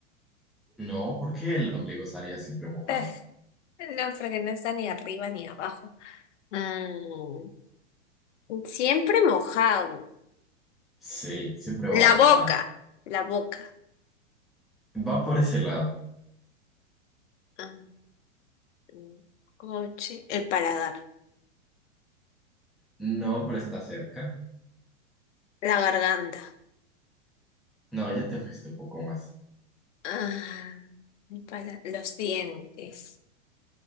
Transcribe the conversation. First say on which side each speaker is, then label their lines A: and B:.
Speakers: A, in the centre; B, on the left.
A: No, porque el ombligo estaría siempre mojado.
B: Ah, No, porque no está ni arriba ni abajo. Mm. Siempre mojado.
A: Sí, siempre
B: La
A: va mojada.
B: boca, la boca.
A: Va por ese lado.
B: Ah, mm, coche, el paladar,
A: No, pero está cerca.
B: la garganta.
A: No, ya te fuiste un poco más.
B: Ah, el pala- los dientes.